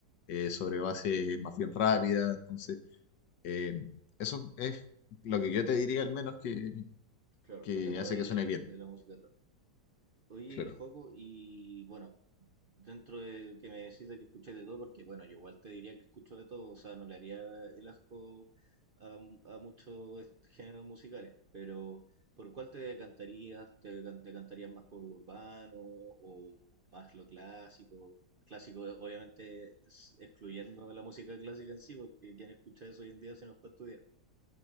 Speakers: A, on the left; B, on the right.
A: eh, sobre bases más bien rápidas. Entonces, eh, eso es lo que yo te diría al menos que,
B: claro,
A: que
B: que te mueve
A: hace que
B: del-
A: suene bien.
B: de la música Oye,
A: Claro,
B: Joaco, y bueno, dentro de que me decís de que escucháis de todo, porque bueno, yo igual te diría que escucho de todo, o sea, no le haría el asco a, a muchos est- géneros musicales, pero ¿por cuál te decantarías? ¿Te, decan- te decantarías más por lo urbano o más lo clásico? Clásico, eh, obviamente, es- excluyendo la música clásica en sí, porque quien escucha eso hoy en día se nos para estudiar,